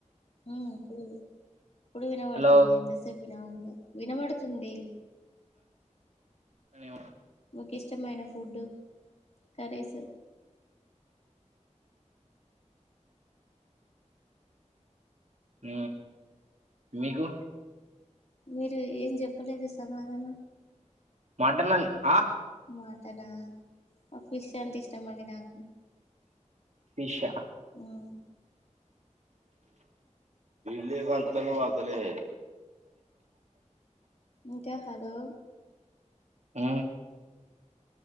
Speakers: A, on the left; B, on the right.
A: హ్మ్ అప్పుడు ఇప్పుడు వినా పడుతుంది
B: హలో
A: ఎంతసేపు వినబడుతుంది
B: అనీ
A: మకు ఇష్టమైన ఫుడ్ కరీస్
B: హ మీకు
A: మీరు ఏం చెప్ప అప్పులేదు సమాధానం
B: అ
A: మటన్ ఫిష్ అంటే ఇష్టం అండి నాకు
B: విషా
A: ఉమ్
B: ఇల్లీ అసలే
A: ఇంకా హలో
B: ఆ